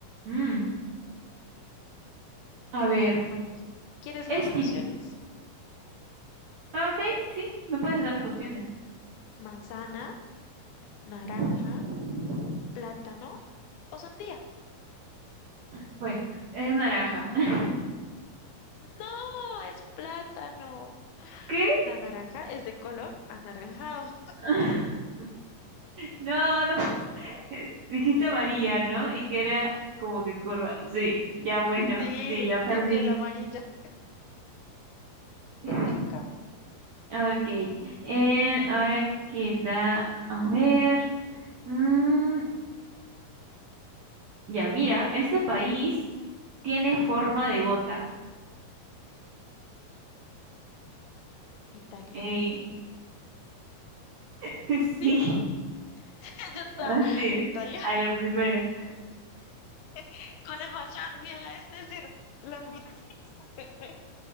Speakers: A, on the right; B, on the left.
A: Mm, a
B: De
A: ver,
B: piel amarilla. ¿Quieres
A: es
B: las opciones?
A: cit- ah, Ok, sí, me puedes dar las opciones.
B: Manzana. naranja,
A: Ujú.
B: plátano o sandía.
A: Bueno, es naranja. <laughs>
B: No, es plátano.
A: ¿Qué?
B: La naranja es de color anaranjado. <laughs>
A: <laughs> No, no. <laughs> Dijiste amarilla, ¿no? Y que era como que curva. Sí, ya bueno,
B: Sí,
A: sí, ya perdí.
B: de piel amarilla.
A: <laughs>
B: Te toca.
A: Ok, eh, ahora queda, a ver, mm, ya mira, este país tiene forma de bota.
B: Italia.
A: Eh, <laughs>
B: Sí,
A: sí,
B: <laughs> ya está.
A: así es,
B: Italia.
A: a la primera.
B: <laughs> Con el macharmia, es decir, Lamborghini. <laughs>